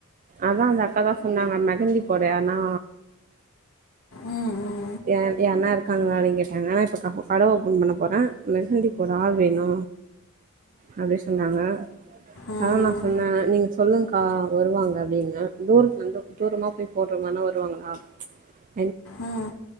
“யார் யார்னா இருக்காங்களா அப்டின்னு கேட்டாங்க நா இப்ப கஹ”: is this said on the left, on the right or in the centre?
Right